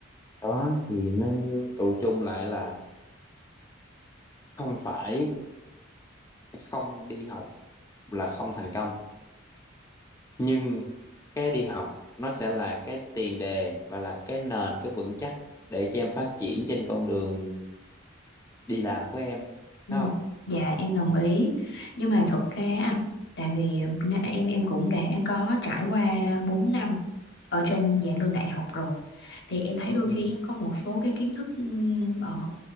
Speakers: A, on the left; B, on the left.
A: đó thì nên tụ chung lại là không phải không đi học là không thành công nhưng cái đi học nó sẽ là cái tiền đề và là cái nền cái vững chắc để cho em phát triển trên con đường đi làm của em
B: Ừ.
A: đúng không
B: Dạ em đồng ý nhưng mà thật ra á, tại vì nè- em em cũng đã có trải qua 4 năm ở trên giảng đường đại học rồi thì em thấy đôi
A: ừ.
B: khi có một số cái kiến thức ừm, ở